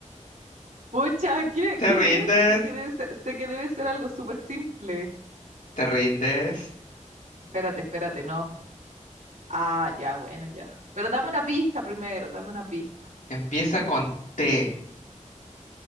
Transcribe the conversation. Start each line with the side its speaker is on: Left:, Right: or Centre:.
Right: Pucha, ¿qué,
Left: ¿Te
Right: qué
Left: rindes?
Right: es? Sé que debe ser, sé que debe ser algo súper simple.
Left: ¿Te rindes?
Right: Espérate, espérate, no. Ah, ya, bueno, ya. Pero dame una pista primero, dame una pista.
Left: Empieza con T.